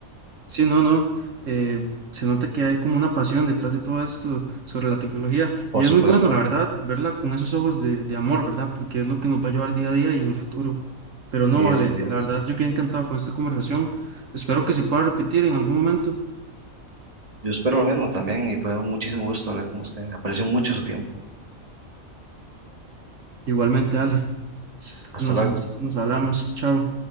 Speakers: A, on the right; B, on the right.
A: Sí, no, no. eh, se nota que hay como una pasión detrás de todo esto sobre la tecnología
B: Por
A: y es
B: supuesto,
A: muy bueno, la verdad, verla con esos ojos de, de amor, ¿verdad? Porque es lo que nos va a llevar día a día y en el futuro. Pero no,
B: sí es,
A: vale,
B: así es.
A: la verdad, yo quedé encantado con esta conversación. Espero que se pueda repetir en algún momento.
B: Yo espero lo mismo también y fue un muchísimo gusto hablar con usted. Aprecio mucho su tiempo.
A: Igualmente, dale.
B: Hasta
A: Nos,
B: luego.
A: nos hablamos. Chao.